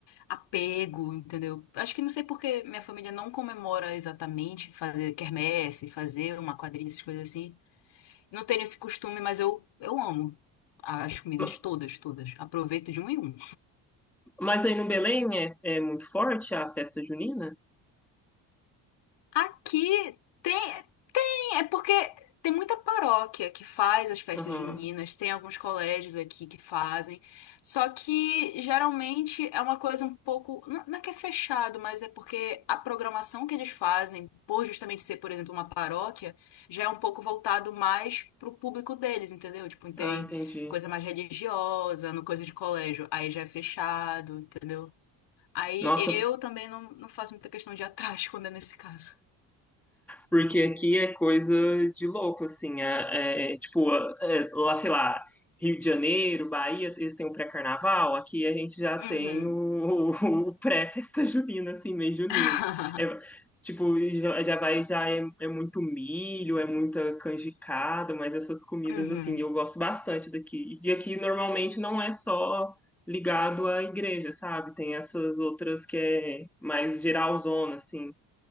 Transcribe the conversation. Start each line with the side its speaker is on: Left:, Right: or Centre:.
Left: apego, entendeu? Acho que não sei porque minha família não comemora exatamente fazer quermesse, fazer uma quadrilha, essas coisas assim. Não tenho esse costume, mas eu, eu amo as comidas
Centre: Ma-
Left: todas, todas. Aproveito de um em um.
Centre: Mas aí no Belém é, é muito forte a festa junina?
Left: Aqui tem. É porque tem muita paróquia que faz as festas
Centre: Aham.
Left: juninas, tem alguns colégios aqui que fazem, só que geralmente é uma coisa um pouco, não não é que é fechado, mas é porque a programação que eles fazem, por justamente ser, por exemplo, uma paróquia, já é um pouco voltado mais pro público deles, entendeu? Tipo, tem
Centre: Ah, entendi.
Left: coisa mais religiosa, no coisa de colégio, aí já é fechado, entendeu? Aí
Centre: Nossa,
Left: eu também não, não faço muita questão de ir atrás quando é nesse caso.
Centre: Porque aqui é coisa de louco, assim. É, é, tipo, é, lá, sei lá, Rio de Janeiro, Bahia, eles têm o pré-carnaval. Aqui a gente já
Left: Uhum.
Centre: tem o, <laughs> o pré-festa junina, assim, mês junino.
Left: <laughs>
Centre: É, tipo, já, já vai, já é, é muito milho, é muita canjicada, mas essas comidas,
Left: Uhum.
Centre: assim, eu gosto bastante daqui. E aqui normalmente não é só ligado à igreja, sabe? Tem essas outras que é mais geralzona, assim.